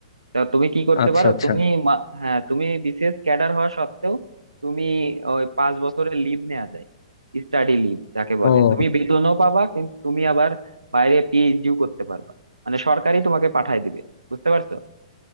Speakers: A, on the right; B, on the left.
A: তা তুমি কি করতে
B: আচ্ছা
A: পারো
B: আচ্ছা
A: তুমি মা- হ্যাঁ তুমি বিসিএস ক্যাডার হওয়া সত্ত্বেও তুমি ওই পাঁচ বছরের লিভ নেওয়া যায় স্টাডি লিভ যাকে
B: ও
A: বলে তুমি বেতনও পাবা কিন্তু তুমি আবার বাইরে পিএইচডিও করতে পারবা মানে সরকারি তোমাকে পাঠায় দিবে বুঝতে পারছো